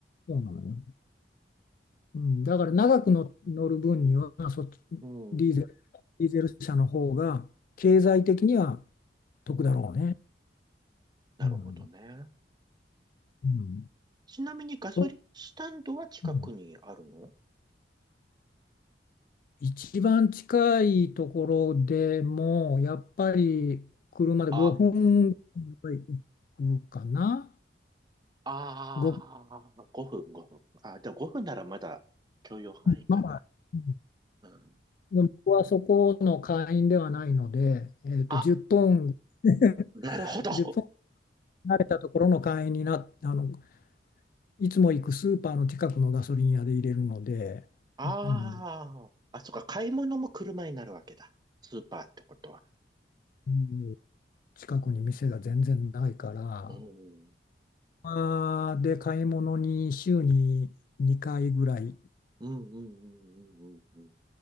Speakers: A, on the left; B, on the right.
A: そうなのよ。うん、だから長くの乗る分にはそっち、
B: うん、
A: ディーゼル、ディーゼル車の方が経済的には得だろうね。
B: うん。なるほどね。
A: うん。うん。
B: ちなみにガソリンスタンドは近くにあるの
A: そう。うん一番近いところでも、やっぱり車で5分ぐらい
B: あ、
A: 行くかな。
B: ああ、
A: 5
B: 5分、5分。あ、じゃあ分ならまだ許容範囲かな。
A: まあ、うん
B: うん。
A: でも僕はそこの会員ではないので、えっと、
B: あ、
A: 10分、
B: なるほど。
A: 1分離れたところの会員にな、あの、いつも行くスーパーの近くのガソリン屋で入れるので、
B: ああ、
A: うん、
B: あ、そっか、買い物も車になるわけだ。スーパーってことは。
A: うん近くに店が全然ないから、
B: うん、
A: まあーで買い物に週に2回ぐらい
B: うん、うん、うん、うん、うん。